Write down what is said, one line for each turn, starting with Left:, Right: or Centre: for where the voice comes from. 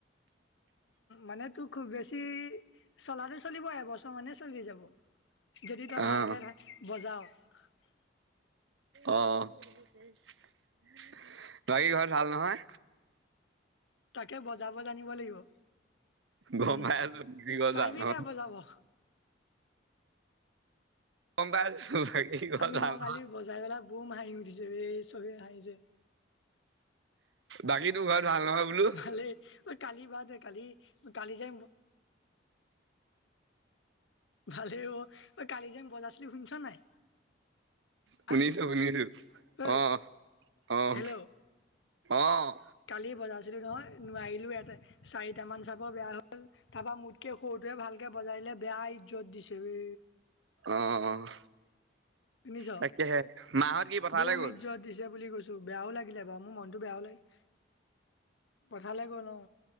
Right: হয় <inaudible>
Left: মানে তোৰ খুব বেছি চলাটো চলিব এবছৰমানেই চলি যাব। যদি তই
Right: অ
Left: ভালকে বজাঅ'।
Right: অ'। বাকী ঘৰত ভাল, নহয়।
Left: তাকে, বজাব জানিব লাগিব।
Right: গম
Left: উম,
Right: পাই আছো বাকী ঘৰত
Left: পাৰিবি
Right: ভাল নহয়
Left: নাই, বজাব।
Right: গম পাই আছো বাকী ঘৰত
Left: আমি,
Right: ভাল
Left: মই
Right: নহয়
Left: কালি বজাই পেলাই বম হাঁহি উঠিছে, এই, চবে হাঁহিছে।
Right: বাকী তোৰ ঘৰত ভাল নহয়, বোলো?
Left: ভালেই ঐ কালি বাদ কালি, কালি যে ভালেই অ, ঐ কালি যেন বজাইছিলি শুনিছ, নাই।
Right: শুনিছো,
Left: আ
Right: শুনিছো,
Left: ঐ
Right: অ', অ',
Left: হেল্ল'
Right: অ'।
Left: কালি, বজাৰ নহয়, নোৱাৰিলো ইয়াতে, চাৰিটা মান চাপৰ বেয়া হ'ল, তাৰ পৰা মোতকৈ সৰুটোৱে ভালকে বজাই এনে, বেয়া ইজ্জত দিছে, বে।
Right: অ'।
Left: শুনিছ,
Right: তাকেহে মাহত কি পথাৰলৈ
Left: বৌম
Right: গ'ল
Left: ইজ্জত দিছে বুলি কৈছো। বেয়াও লাগিলে বাৰু, মোৰ মনতটো বেয়াও লাগে। পথাৰলে গ'ল অ'।